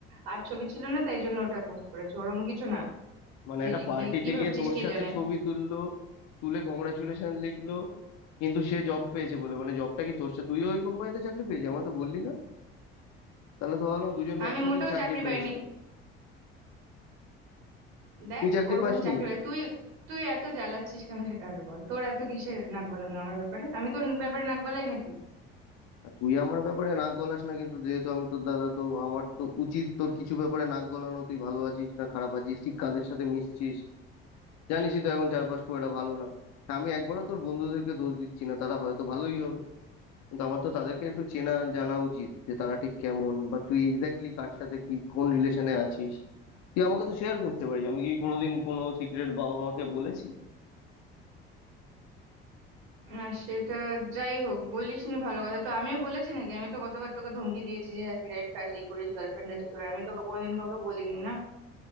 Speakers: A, on the right (about 80°); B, on the left (about 65°).
A: আর ছবি ছিল না তাই জন্য ওটা পোস্ট করেছে ওরম কিছু না
B: মানে
A: তুই
B: একটা পার্টিতে
A: কি কি ভাবছিস
B: গিয়ে তোর
A: কে
B: সাথে
A: জানে
B: ছবি তুললো তুলে কংগ্রাচুলেশন লিখলো কিন্তু সে জব পেয়েছে বলে মানে জবটা কি তোর সাথে তুইও ওই কোম্পানিতে চাকরি পেয়েছিস আমার তো বললি না তাহলে তো ভাবলাম দুজনে
A: আমি
B: একসাথে
A: মোটেও
B: চাকরি
A: চাকরি
B: পেয়েছি
A: পাইনি দেখ
B: তুই চাকরি
A: ওরকম
B: পাসনি
A: চাকরি বাকরি- তুই তুই এত জ্বালাচ্ছিস কেন সেটা আগে বল তোর এত কিসের নাক গলানো আমার ব্যাপারে আমি তোর ব্যাপারে নাক গলাই নাকি
B: আর তুই আমার ব্যাপারে নাক গলাস না কিন্তু যেহেতু আমি তোর দাদা তো আমার তো উচিত তোর কিছু ব্যাপারে নাক গলানো তুই ভালো আছিস না খারাপ আছিস ঠিক কাদের সাথে মিশছিস জানিসই তো এখন চারপাশ খুব একটা ভালো না হ্যাঁ, আমি একবারও তোর বন্ধুদেরকে দোষ দিচ্ছি না তারা হয়তো ভালোই হবে কিন্তু আমার তো তাদেরকে একটু চেনা জানা উচিত যে তারা ঠিক কেমন বা তুই এক্স্যাক্টলি কার সাথে কি কোন রিলেশনে আছিস তুই আমাকে তো শেয়ার করতে পারিস আমি কি কোনোদিন কোনো সিক্রেট বাবা মাকে বলেছি
A: না সেটা যাই হোক বলিস নি ভালো কথা তো আমিও বলেছি নাকি আমি তো গতবার তোকে ধমকি দিয়েছি যে হ্যাঁ সিগারেট খাস এই করিস গার্লফ্রেন্ড আছে তোর আমি তোকে কোনোদিন কাউকে বলিনি না